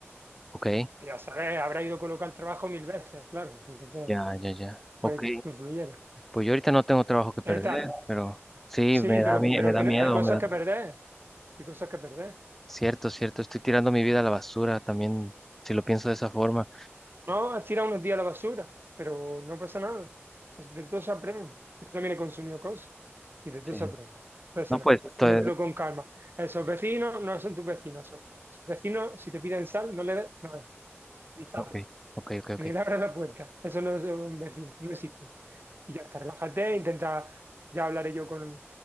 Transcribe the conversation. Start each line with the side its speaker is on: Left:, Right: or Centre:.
Centre: ok.
Right: Ya sabes, habrá ido a colocar el trabajo mil veces, claro. Entonces,
Centre: Ya, ya, ya.
Right: puede
Centre: Ok.
Right: que influyera.
Centre: Pues yo ahorita no tengo trabajo que perder,
Right: Eh, tal.
Centre: pero sí,
Right: Sí,
Centre: me
Right: pero,
Centre: da, mie-
Right: pero
Centre: me da
Right: tiene-
Centre: miedo,
Right: hay cosas
Centre: me da...
Right: que perder. Hay cosas que perder.
Centre: Cierto, cierto, estoy tirando mi vida a la basura también, si lo pienso de esa forma.
Right: No, has tirado unos días a la basura, pero no pasa nada. Entonces, de todo se aprende. Yo también he consumido cosas y de todo
Centre: Sí.
Right: se aprende. No pasa
Centre: No,
Right: nada.
Centre: pues, estoy...
Right: Tómatelo con calma. Esos vecinos no son tus vecinos. Esos esos vecinos, si te piden sal, no le des nada. Ni sal.
Centre: Ok, ok, ok,
Right: Ni
Centre: ok.
Right: le abras la puerta. Eso no es un vecino. No existe. Y ya está, relájate, intenta, ya hablaré yo con